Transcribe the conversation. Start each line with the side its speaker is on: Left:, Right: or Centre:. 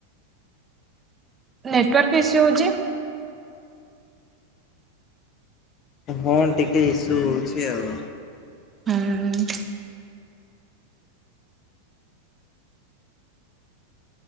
Right: ନେଟୱାର୍କ ଇସ୍ୟୁ ହଉଚି।
Left: ହଁ ଟିକେ ଇସୁ ହଉଛି ଆଉ।
Right: ହଁ ଉଁ,।